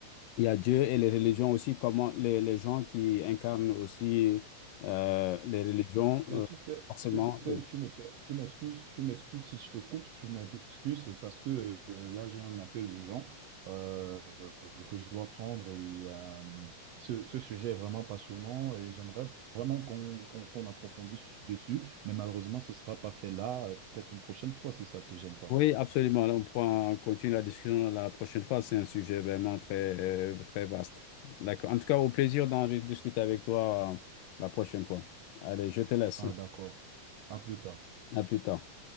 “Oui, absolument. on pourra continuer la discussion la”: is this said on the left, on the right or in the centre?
Left